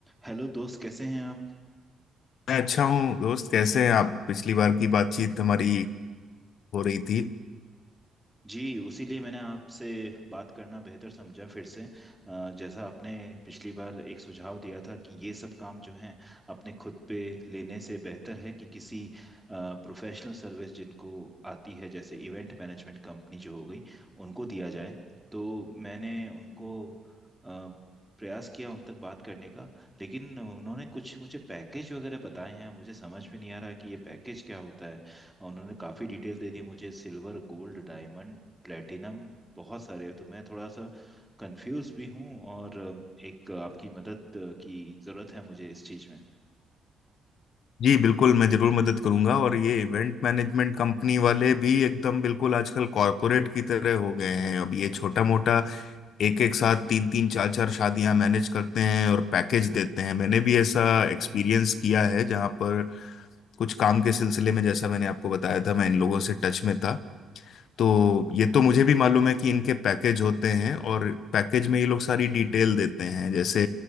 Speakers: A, in the centre; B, on the left.
A: Hello दोस्त कैसे हैं आप
B: मैं अच्छा हूँ दोस्त कैसे हैं आप पिछली बार की बातचीत हमारी हो रही थी
A: जी उसी लिए मैंने आपसे बात करना बेहतर समझा फिर से अ, जैसा आपने पिछली बार एक सुझाव दिया था कि ये सब काम जो हैं अपने खुद पे लेने से बेहतर है कि किसी प्रोफेशनल सर्विस जिनको आती है जैसे इवेंट मैनेजमेंट कंपनी जो हो गई उनको दिया जाए तो मैंने उनको अ, प्रयास किया उन तक बात करने का लेकिन उन्होंने कुछ मुझे पैकेज वगैरह बताए हैं मुझे समझ में नहीं आ रहा कि ये पैकेज क्या होता है और उन्होंने काफ़ी डिटेल दे दी मुझे सिल्वर गोल्ड डायमंड प्लेटिनम बहुत सारे हैं। तो मैं थोड़ा सा कंफ्यूज भी हूँ और अ, एक आपकी मदद अ, की ज़रूरत है मुझे इस चीज़ में
B: जी बिल्कुल मैं जरूर मदद करूंगा और ये इवेंट मैनेजमेंट कंपनी वाले भी एकदम बिल्कुल आजकल कॉरपोरेट की तरह हो गए हैं अब ये छोटा मोटा एक एक साथ तीन तीन चार चार शादियां मैनेज करते हैं और पैकेज देते हैं मैंने भी ऐसा एक्सपीरियंस किया है जहाँ पर कुछ काम के सिलसिले में जैसा मैंने आपको बताया था मैं इन लोगों से टच में था तो ये तो मुझे भी मालूम है कि इनके पैकेज होते हैं और पैकेज में ये लोग सारी डिटेल देते हैं जैसे